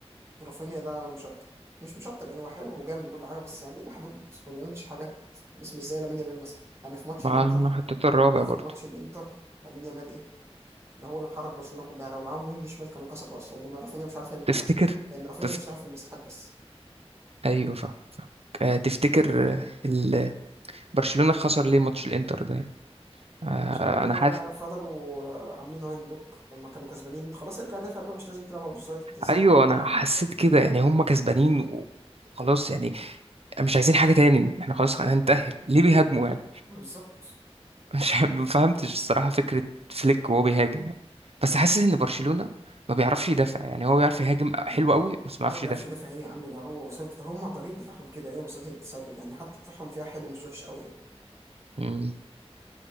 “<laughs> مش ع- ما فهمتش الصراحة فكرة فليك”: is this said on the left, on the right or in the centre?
Right